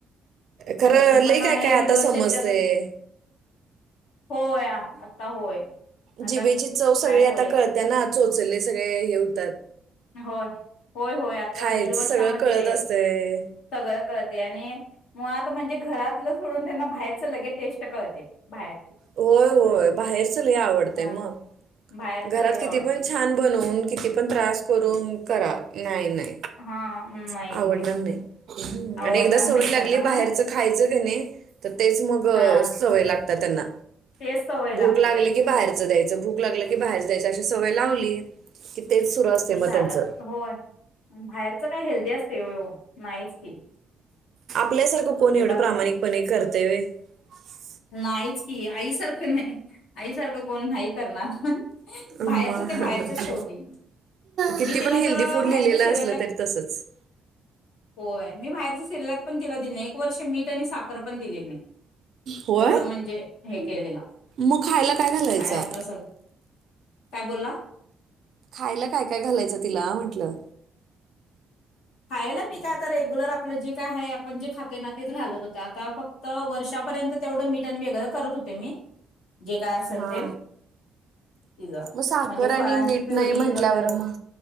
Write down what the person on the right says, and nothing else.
खरं
लई
काय काय
आता
समजतेय
जिवेची चव
सगळी
आता कळतेना
चोच ले सगळे हे होतात.
खायचं
सगळं कळत असतंय.
होय
होय
बाहेरच लय आवडतय
मग
घरात
किती पण छान बनून किती पण त्रास करून करा नाही नाही.
आवडणार नाही
आणि एकदा सवय
लागली
बाहेरचं खायचं का नाही तर तेच मग
सवय लागतात त्यांना
भूक लागली की बाहेरचं
द्यायचं भूक लागली की बाहेर जायच्या अशी सवय लावली की तेच सुरू असते मग
त्यांचं.
आपल्यासारखं कोण
एवढं प्रामाणिकपणे करतेय व्हय. <inaudible>
मग
किती
पण हेल्दी
फूड
लिहिलेलं
असलं तरी तसंच.
होय
मग खायला घालायचा
खायला काय काय घालायचं तिला म्हंटलं?
हा
मग साखर
आणि मीठ
नाही म्हटल्यावर
मग